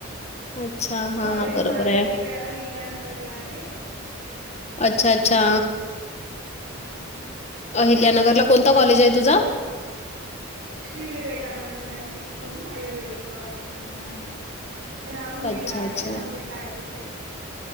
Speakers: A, on the left; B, on the right.
A: अच्छा! हां.
B: कॉलेज
A: बरोबर
B: माझं
A: आहे.
B: तिकडे अहिल्यानगरला आहे.
A: अच्छा! अच्छा!
B: हा
A: अहिल्यानगरला कोणता कॉलेज आहे तुझं?
B: श्री विवेकानंद नर्सिंग होम आयुर्वेदिक कॉलेज म्हणून आहे. राहुरीला
A: अच्छा,
B: आहे.
A: अच्छा.
B: राहुरी तालुक्यात.